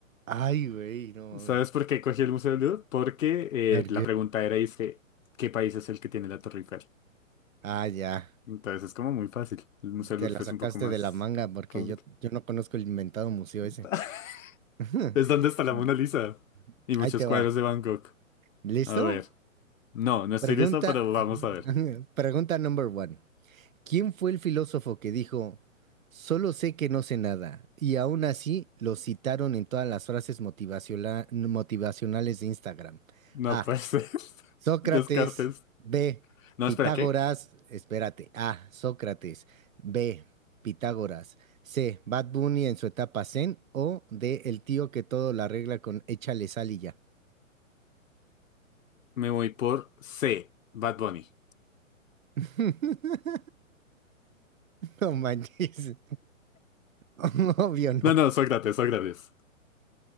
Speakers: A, on the right; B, on the left.
A: Ay, güey, no mames.
B: ¿Sabes por qué cogí el Museo del Louvre? Porque eh,
A: ¿Por
B: la
A: qué?
B: pregunta era, dice, ¿qué país es el que tiene la Torre Eiffel?
A: Ah, ya.
B: Entonces es como muy fácil. El Museo
A: Te
B: del Louvre
A: la sacaste
B: es un poco más
A: de la manga porque
B: complicado.
A: yo, yo no conozco el inventado museo
B: <laughs>
A: ese. <laughs>
B: Es donde está la
A: Mm,
B: Mona Lisa y muchos
A: Ahí te
B: cuadros
A: va.
B: de Van Gogh.
A: ¿Listo?
B: A ver. No, no estoy
A: Pregunta,
B: listo, pero vamos
A: <laughs>
B: a ver.
A: pregunta number one. ¿Quién fue el filósofo que dijo, solo sé que no sé nada? Y aún así lo citaron en todas las frases motivaciona- motivacionales de Instagram.
B: No
A: A.
B: puede ser. <laughs>
A: Sócrates.
B: Descartes.
A: B.
B: No,
A: Pitágoras.
B: espera, ¿qué?
A: Espérate. A. Sócrates. B. Pitágoras. C. Bad Bunny en su etapa zen. O D. El tío que todo la arregla con échale sal y ya.
B: Me voy por C, Bad Bunny.
A: <laughs> No manches. <laughs> Obvio no.
B: No, no, Sócrates, Sócrates.